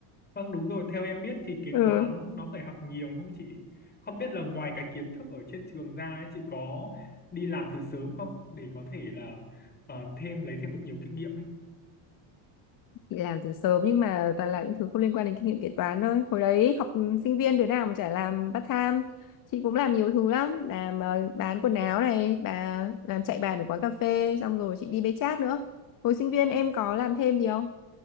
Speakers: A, on the left; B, on the left.
A: Vâng đúng rồi, theo em biết thì kế
B: ừ
A: toán nó phải học nhiều đúng không chị? Không biết là ngoài cái kiến thức ở trên trường ra ấy, chị có đi làm từ sớm không để có thể là ờ, thêm lấy thêm được nhiều kinh nghiệm ấy.
B: chị làm từ sớm nhưng mà toàn làm những thứ không liên quan đến kinh nghiệm kế toán thôi hồi đấy học sinh viên đứa nào mà chả làm part time chị cũng làm nhiều thứ lắm làm ờ, bán quần áo này bà làm chạy bàn ở quán cà phê xong rồi chị đi bê chát nữa hồi sinh viên em có làm thêm gì không